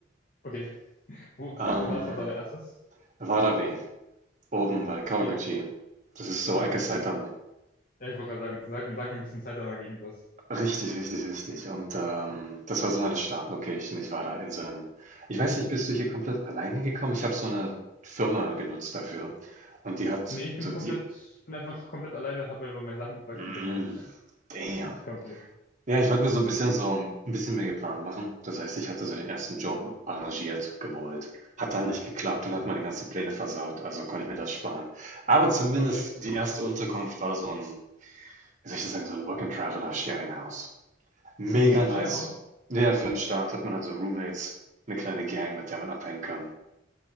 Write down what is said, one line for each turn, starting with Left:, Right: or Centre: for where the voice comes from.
Left: Okay. Wo, wo,
Right: Ähm,
Left: wo warst du als allererstes?
Right: Warabe, oben bei Kawaguchi.
Left: Okay.
Right: Das ist so
Left: Ah,
Right: Ecke
Left: okay, okay.
Right: Saitama.
Left: Ja, ich wollte gerade sagen, sag, sag mir ein bisschen Zeit einmal gegen das.
Right: Richtig, richtig, richtig. Und ähm, das war so meine Startlocation. Ich war da in so einem. Ich weiß nicht, bist du hier komplett allein hingekommen? Ich habe so eine Firma genutzt dafür. Und die hat
Left: Nee, ich bin
Right: so
Left: komplett,
Right: die.
Left: bin einfach komplett alleine, habe einfach meine Sachen gepackt
Right: Mm,
Left: und bin her.
Right: damn.
Left: Komplett.
Right: Ja, ich wollte mir so ein bisschen so ein bisschen mehr geplant machen. Das heißt, ich hatte so den ersten Job arrangiert, gewollt. Hat dann nicht geklappt und hat meine ganzen Pläne versaut, also konnte ich mir das sparen. Aber zumindest
Left: Okay.
Right: die erste Unterkunft war so ein, wie soll ich das sagen, so ein Work-and-Traveler-Sharing-House. Mega
Left: So ein, so ein
Right: nice.
Left: Sharehouse?
Right: Ja, für 'n Start hat man also Roommates, eine kleine Gang, mit der man abhängen kann.